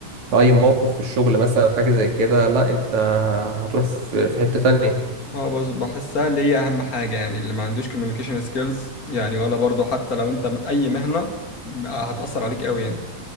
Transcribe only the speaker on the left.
اه بس بحسها اللي هي اهم حاجة يعني اللي ما عندوش communication skills يعني ولا برضو حتى لو انت م- اي مهنة ب- هتأثر عليك قوي يعني